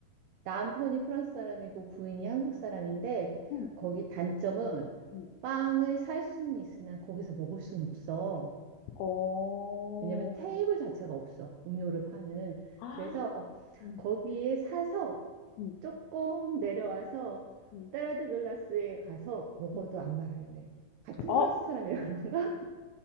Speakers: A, on the right; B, on the left.
A: 남편이 프랑스 사람이고 부인이 한국 사람인데
B: 응,
A: 거기 단점은
B: 응,
A: 빵을 살 수는 있으나 거기서 먹을 수는 없어.
B: 어.
A: 왜냐면 테이블 자체가 없어. 음료를 파는.
B: 아.
A: 그래서
B: 응
A: 거기에 사서
B: 응
A: 조금 내려와서
B: 응
A: 따라드 글라스에 가서 먹어도
B: 응
A: 안 말하네. 같은
B: 어.
A: 프랑스 사람이라 그런가?